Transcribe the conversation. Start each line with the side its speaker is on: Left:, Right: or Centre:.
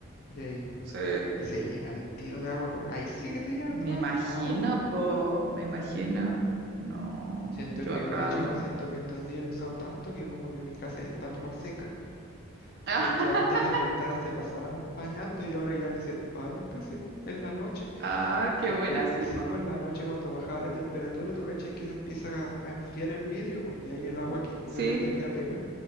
Left: y ahí.
Right: sí.
Left: Y se llena el tiro de agua con. Ahí sí que se llena
Right: Me
Left: el rápido
Right: imagino,
Left: de agua, po.
Right: po, me imagino. No,
Left: Siento
Right: yo
Left: que,
Right: acá
Left: de hecho,
Right: no.
Left: siento que estos días lo he usado tanto que como que mi casa ya está toda seca.
Right: <laughs>
Left: Porque antes las ventanas se pasaban empañando y ahora ya ni se empañan casi, po, en la noche.
Right: Ah, qué
Left: Porque
Right: buena,
Left: el-
Right: sí,
Left: sí,
Right: po.
Left: pues la noche cuando bajaba la temperatura, tú caché que se empieza a, a enfriar el vidrio, po, y ahí el agua aquí, el
Right: Sí,
Left: agüita queda pega,